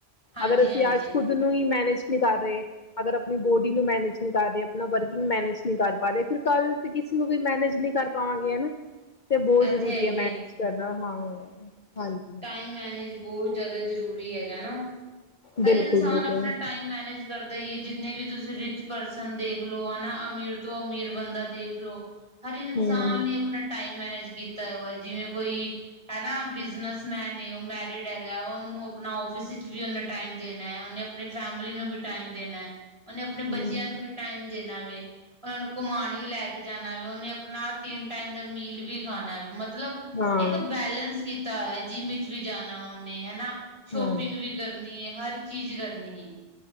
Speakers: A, on the right; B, on the left.
A: ਹਾਂਜੀ-ਹਾਂਜੀ।
B: ਅਗਰ ਅਸੀਂ ਅੱਜ ਖੁਦ ਨੂੰ ਹੀ ਮੈਨੇਜ ਨਹੀਂ ਕਰ ਰਹੇ। ਅਗਰ ਅਪਨੀ ਬੋਡੀ ਨੂੰ ਮੈਨੇਜ ਨਹੀਂ ਕਰਦੇ, ਅਪਨਾ ਵਰਕਿੰਗ ਮੈਨੇਜ ਨਹੀਂ ਕਰ ਪਾ ਰੇ, ਫਿਰ ਕੱਲ ਤੇ ਕਿਸੀ ਨੂੰ ਵੀ ਮੈਨੇਜ ਨੀ ਕਰ ਪਾਵਾਂਗੇ ਹੈਨਾ?
A: <inaudible>
B: ਤੇ ਬਹੁਤ ਜ਼ਰੂਰੀ
A: ਤੇ ਹੈ ਈ
B: ਏ ਮੈਨੇਜ ਕਰਨਾ ਹਾਂ ਹਾਂਜੀ।
A: ਟਾਈਮ ਮੈਨੇਜ ਬਹੁਤ ਜ਼ਿਆਦਾ ਜਰੂਰੀ ਹੈਗਾ ਨਾ
B: ਬਿਲਕੁਲ
A: ਹਰ ਇਨਸਾਨ
B: ਬਿਲਕੁਲ
A: ਅਪਨਾ ਟਾਈਮ ਮੈਨੇਜ ਕਰਦਾ ਹੀ ਏ ਜਿੰਨੇ ਵੀ ਤੁਸੀਂ ਰਿਚ ਪਰਸਨ ਦੇਖ ਲਓ ਹਨਾ ਅਮੀਰ ਤੋਂ ਅਮੀਰ ਬੰਦਾ ਦੇਖ ਲਓ, ਹਰ ਇਨਸਾਨ
B: ਹਮ
A: ਨੇ ਅਪਨਾ ਟਾਈਮ ਮੈਨੇਜ ਕੀਤਾ। ਜਿਵੇਂ ਕੋਈ ਹੈ ਨਾ ਬਿਜਨਸ ਮੈਨ ਏ ਉਹ ਮੈਰਿਡ ਹੈਗਾ ਉਹਨੂੰ ਅਪਨਾ ਆਫਿਸ ਵਿੱਚ ਵੀ ਉਹਨੇ ਟਾਈਮ ਦੇਨਾ ਹੈ ਉਹਨੇ। ਅਪਣੀ ਫੈਮਿਲੀ ਨੂੰ ਵੀ ਟਾਈਮ ਦੇਣਾ। ਉਹਨੇ ਅਪਨੇ ਬੱਚਿਆਂ
B: ਹਮ
A: ਨੂੰ ਵੀ ਟਾਈਮ ਦੇਣਾ ਵੇ ਉਹਨਾਂ ਨੂੰ ਘੁਮਾਣ ਵੀ ਲੈ ਕੇ ਜਾਣਾ ਵੇ ਉਹਨੇ। ਆਪਣਾ ਤਿੰਨ ਟਾਈਮ ਦਾ ਮੀਲ ਵੀ ਖਾਣਾ ਵੇ ਮਤਲਬ
B: ਹਾਂ
A: ਇੱਕ ਬੈਲੇੈਂਸ ਕੀਤਾ ਹੋਇਆ। ਜਿੰਮ ਵਿੱਚ ਵੀ ਜਾਣਾ ਉਹਨੇ ਹੈਨਾ ਸ਼ੋਪਿੰਗ
B: ਹਮ
A: ਵੀ ਕਰਨੀ ਏ ਹਰ ਚੀਜ਼ ਕਰਨੀ ਏ।